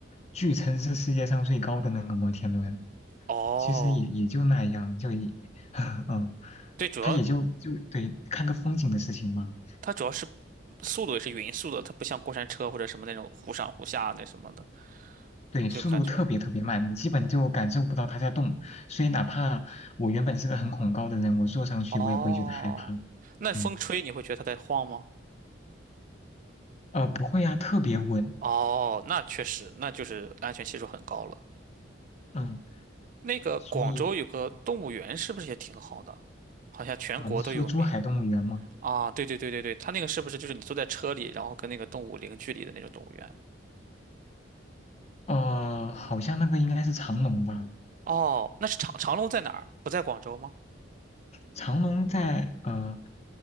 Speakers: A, on the left (about 35°); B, on the right (about 45°).
A: 据称是世界上最高的那个摩天轮。
B: 哦，
A: 其实也也就那样，就也，<laughs> 嗯，
B: 对，主要
A: 他也就就对看个风景的事情嘛。
B: 它主要是速度也是匀速的，它不像过山车或者什么那种忽上忽下那什么的，
A: 对，
B: 就感觉
A: 速度特别特别慢，你基本就感受不到它在动，所以哪怕我原本是个很恐高的人，我坐上去我也不会觉得害怕。
B: 哦，那风吹你会觉得它在晃吗？
A: 嗯，呃，不会啊，特别稳。
B: 哦，那确实，那就是安全系数很高了。
A: 嗯，
B: 那个广州有个动物园，
A: 所以，嗯
B: 是不是也挺好的？好像全国都有名
A: 哦，你是说珠海动物园吗？
B: 啊！对对对对对，它那个是不是就是你坐在车里，然后跟那个动物零距离的那种动物园？
A: 呃，好像那个应该是长隆吧？
B: 哦，那是长长隆在哪儿？不在广州吗？
A: 长隆在呃